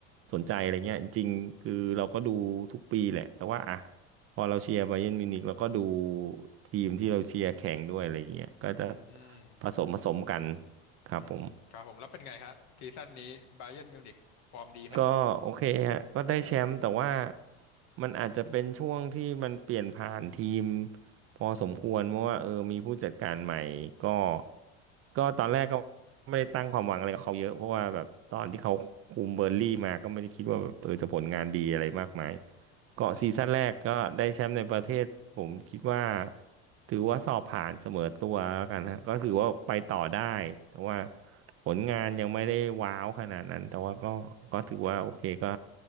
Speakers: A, on the right; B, on the left.
A: สนใจอะไรเงี้ยจริงๆคือเราก็ดูทุกปีแหละแต่ว่าอ่ะพอเราเชียร์ไบเยิร์นมิวนิกเราก็ดูทีมที่เราเชียร์แข่งด้วยอะไรเงี้ยก็จะ
B: อืม
A: ผสมผสมกันครับผม
B: อืมครับผมแล้วเป็นไงฮะซีซั่นนี้บ a เยิร์นมิวนิกฟอร์มดีไหม
A: ก็โอเคฮะก็ได้แชมป์แต่ว่ามันอาจจะเป็นช่วงที่มันเปลี่ยนผ่านทีมพอสมควรเพราะว่าเออมีผู้จัดการใหม่ก็ก็ตอนแรกก็ไม่ได้ตั้งความหวังอะไรกับเขาเยอะเพราะว่าแบบตอนที่เขาคุมเบอร์นลี่มาก็ไม่ได้คิดว่าแบบเออจะผลงานดีอะไรมากมาย เกาะซีซั่นแรกก็ได้แชมป์ในประเทศผมคิดว่า
B: อืม
A: ถือว่าสอบผ่านเสมอตัวแล้วกันนะก็คือว่าไปต่อได้แต่ว่าผลงานยังไม่ได้ว้าวขนาดนั้นแต่ว่าก็ก็ถือว่าโอเคก็